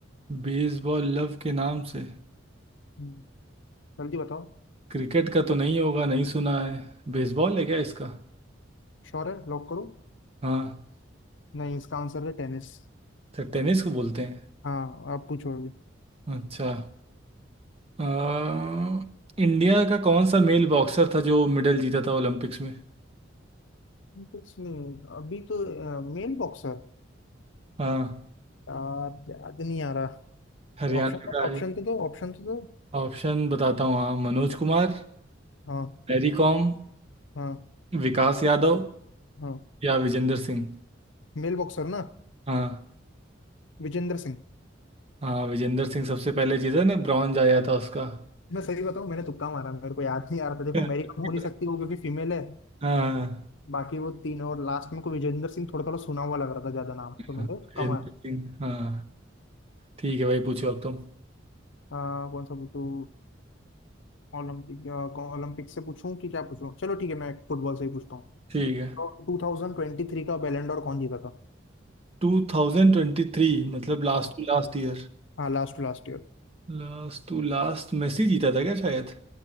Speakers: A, on the right; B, on the left.
A: बेसबॉल लव के नाम से
B: हम्म, जल्दी बताओ
A: क्रिकेट का तो नहीं होगा नहीं सुना है बेसबॉल है क्या इसका
B: श्योर है लॉक करूं
A: हाँ
B: नहीं इसका आंसर है टेनिस
A: तो टेनिस को बोलते हैं
B: हाँ आप पूछो अभी
A: अच्छा अ, इंडिया का कौन सा मेल बॉक्सर था जो मेडल जीता था ओलंपिक्स में
B: Olympics में अभी तो Mail boxer
A: हाँ
B: यार याद नहीं आ रहा
A: हरियाणा
B: ऑप्शन
A: का
B: ऑप्शन
A: है
B: तो दो ऑप्शन तो दो
A: ऑप्शन बताता हूँ हाँ मनोज कुमार
B: हाँ
A: मैरी कॉम
B: हाँ
A: विकास यादव
B: हाँ
A: या विजेंद्र सिंह
B: मेल बॉक्सर ना
A: हाँ
B: विजेंद्र सिंह
A: हाँ विजेंद्र सिंह सबसे पहले जीता ना ब्रॉन्ज आया था उसका
B: मैं सही बताऊं मैंने तुक्का मारा मेरे को याद नहीं आ रहा था देखो
A: <laughs>
B: मेरी कम हो नहीं सकती वो क्योंकि फीमेल है
A: हाँ
B: बाकी वो तीन और लास्ट में को विजेंद्र सिंह थोड़ा थोड़ा सुना हुआ लग रहा था ज्यादा नाम तो मैंने
A: विजेंद्र
B: कम
A: सिंह हाँ ठीक है भाई पूछो अब तुम
B: आ, कौन सा पूछूं ओलंपिक ओलंपिक से पूछूं कि क्या पूछूं चलो ठीक है मैं फुटबॉल से ही पूछता हूँ
A: ठीक है
B: तो 2023 का बैलेंडोर कौन जीता था
A: 2023 मतलब last
B: हाँ
A: to last year
B: हाँ लास्ट लास्ट ईयर
A: Last to last Messi जीता था क्या शायद